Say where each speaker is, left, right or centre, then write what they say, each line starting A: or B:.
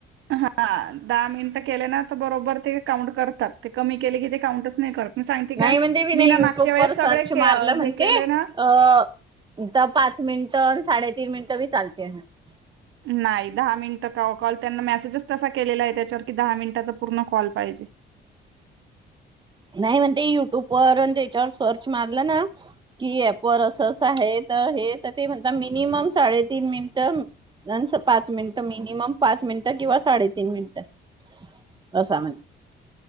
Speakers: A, on the right (about 75°); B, on the right (about 25°).
A: हा, दहा मिनटं केले ना तर बरोबर ते काउंट करतात कमी केले की ते काउंटच नाही करत मी सांगते
B: नाही
A: काय
B: म्हणते मीनं
A: मी ना
B: युट्यूबवर
A: मागच्या वेळेस सगळे
B: सर्च
A: के
B: मारलं म्हणते
A: हे केले ना
B: अ त पाच मिनिटं आणि साडेतीन मि <unintelligible>
A: नाही दहा मिनिटं कवा कॉल त्यांना मेसेजच तसा केलेला आहे त्याच्यावर की दहा मिनिटाचं पूर्ण कॉल पाहिजे.
B: नाही म्हणते युट्यूबवर अन त्याच्यावर सर्च मारलं ना की, ऍपवर असं असं आहे तर हे येतं ते येतं ते म्हणते मिनिमम साडेतीन मिनिटं <unintelligible> पाच मिनिटं मिनिमम पाच मिनिटं किंवा साडेतीन मिनिटं <unintelligible>